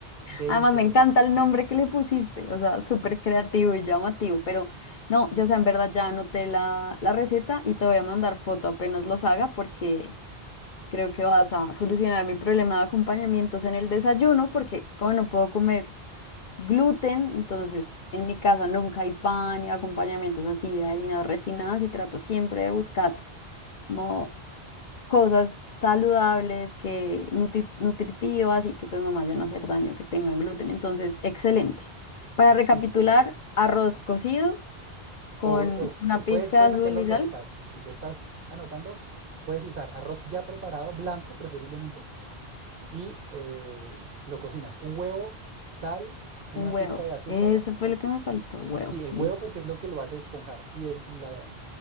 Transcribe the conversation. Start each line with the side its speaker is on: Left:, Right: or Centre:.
Right: delicioso,
Left: Además, me encanta el nombre que le pusiste, o sea, súper creativo y llamativo, pero no, ya sea, en verdad ya anoté la, la receta y te voy a mandar foto apenas los haga porque creo que vas a solucionar mi problema de acompañamientos en el desayuno porque como no puedo comer gluten, entonces en mi casa nunca hay pan ni acompañamientos así de harinas refinadas y trato siempre de buscar como cosas saludables, que nutri- nutritivas y que pues no vayan a hacer daño, que tengan gluten. Entonces, excelente. Para recapitular,
Right: súper genial.
Left: arroz cocido con
Right: O, o-
Left: una
Right: o
Left: pizca
Right: puedes, puedes
Left: de
Right: hacer
Left: azul
Right: los
Left: y sal,
Right: dos, o sea, si lo estás anotando, puedes usar arroz ya preparado, blanco preferiblemente, y eh, lo cocinas. Un huevo, sal, una
Left: un huevo.
Right: pizca de azúcar.
Left: Eso fue lo que me faltó, huevo,
Right: Sí, el
Left: listo.
Right: huevo porque es lo que lo hace esponjar. Y el, y la-